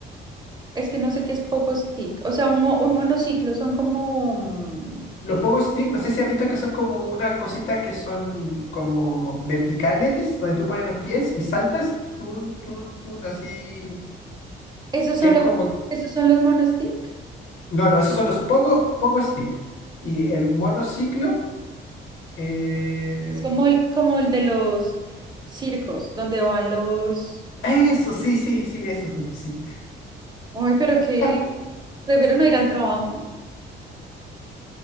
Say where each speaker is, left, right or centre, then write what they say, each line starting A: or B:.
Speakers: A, on the right (about 20°); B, on the left (about 80°).
A: Es que no sé qué es poco stick. O sea, un, mo- un monociclo son como... mm,
B: Los pogo stick, no sé si has visto que son como unas cositas que son como verticales, donde tú pones los pies y saltas, tun, tun, tun, así,
A: ¿Esos son
B: que es
A: los,
B: como...
A: esos son los monostick?
B: No, no, esos son los pogo, pogo stick. Y el monociclo... eh,
A: Es como el, como el de los circos, donde van los...
B: Eso, sí, sí, sí, eso, sí. sí.
A: Ay, pero qué,
B: <laughs>
A: prefiero no ir al trabajo.